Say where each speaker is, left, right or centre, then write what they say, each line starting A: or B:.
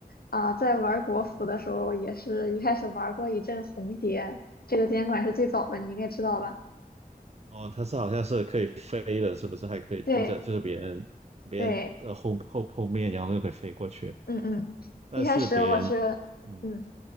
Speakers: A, on the left; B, on the right.
A: 啊在玩国服的时候也是一开始玩过一阵红蝶，这个监管是最早的，你应该知道吧？
B: 哦，它是好像是可以飞的，是不是？还可以盯着，
A: 对
B: 就是别人别人的后后后面，
A: 对，
B: 然后又可以飞过去。
A: 嗯嗯，
B: 但是别人，
A: 一开始我是。
B: 嗯，
A: 嗯。